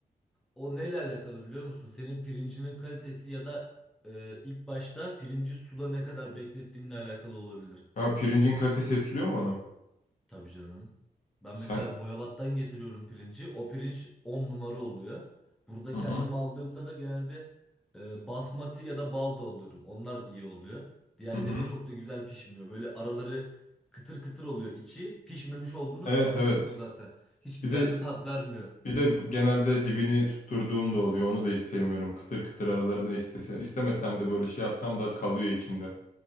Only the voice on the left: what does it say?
Ha pirincin kalitesi etkiliyor mu onu?
Sen
Hı
hı.
Hı hı.
Evet
evet.
Bir de
Bir de genelde dibini tutturduğum da oluyor. Onu da hiç sevmiyorum. Kıtır kıtır aralarına istese, istemesem de böyle şey yapsam da kalıyor içinde.